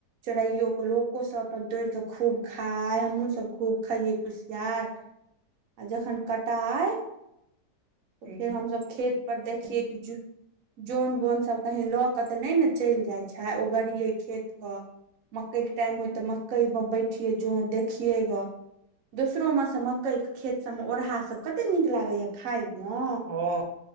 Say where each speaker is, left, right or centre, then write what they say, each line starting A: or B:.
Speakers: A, on the right; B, on the right.
A: चोराइयौ लोको सब अपन तोड़ क खूब खाय हमहु सब खूब खाइये कुशियार आ जखन कटाइ त
B: हूँ।
A: फेर हमसभ खेत पर देखियए
B: हँ
A: कि ज जोन बोन सब कहीं ल क त नहि ने चलि जाइ छै ओ गड़िये खेत क मकई के टाइम होइ त मकई मे बैठिये जो ह देखियेग दोसरोमे सँ मक्कइ खेत सभमे ओरहा सभ कतेक नीक लागैए खाायमे
B: हँ